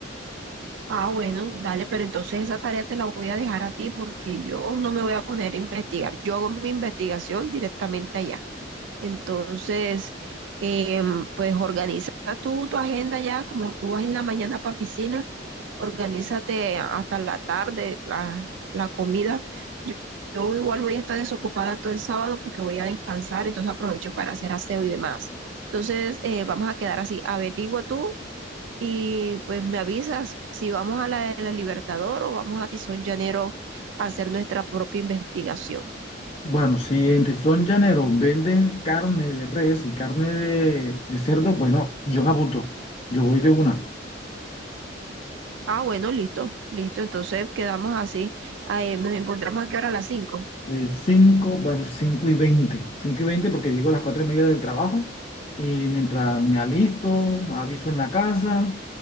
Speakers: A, on the right; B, on the left.
A: Ah, bueno, dale, pero entonces esa tarea te la voy a dejar a ti porque yo no me voy a poner a investigar. Yo hago mi investigación directamente allá. Entonces, em, pues organiza tú tu agenda ya, como tú vas en la mañana para piscina, organízate hasta la tarde la, la comida. Yo, yo igual voy a estar desocupada todo el sábado porque voy a descansar, entonces aprovecho para hacer aseo y demás. Entonces, eh, vamos a quedar así. Averigua tú y pues me avisas si vamos a la de la Libertador o vamos a Tizón Llanero a hacer nuestra propia investigación.
B: Bueno, si en Tizón Llanero venden carne de res y carne de, de cerdo, bueno, yo me apunto. Yo voy de una.
A: Ah, bueno, listo, listo. Entonces quedamos así. Ah, eh, nos encontramos aquí ahora a las cinco
B: eh, 5, bueno, 5 y 20 5 y 20 porque llego a las 4 y media del trabajo y mientras me alisto, aviso en la casa.